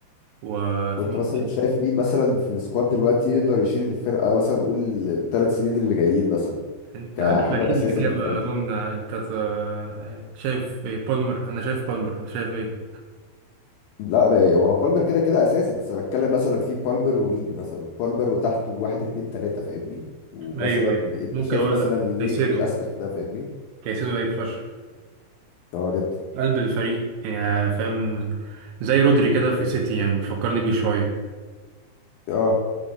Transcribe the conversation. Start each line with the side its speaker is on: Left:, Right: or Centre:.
Right: وفي
Left: وانت
Right: مين
Left: مثلا
Right: تاني؟
Left: شايف مين مثلا في السكواد دلوقتي يقدر يشيل الفرقة مثلا نقول الثلاث سنين اللي جايين مثلا
Right: انت
Left: كحجر
Right: عارف اكيد
Left: اساسي
Right: الإجابة
Left: يعني في الفريق
Right: اظن انت ت- شايف ايه بالمر انا شايف بالمر انت شايف ايه
Left: لا ما- هو بالمر كده كده اساسي بس انا بتكلم مثلا في بالمر ومين مثلا بالمر وتحته واحد اتنين تلاتة فاهمني ومثلا
Right: ايوه ايوه
Left: انت
Right: ممكن
Left: شايف
Right: اقول
Left: مثلا
Right: لك كايسيدو
Left: ليه للاسبكت ده فاهمني
Right: كايسيدو لعيب فشخ
Left: اه جدا
Right: قلب الفريق يعني فاهم زي رودري كده في سيتي يعني بيفكرني بيه شوية
Left: اه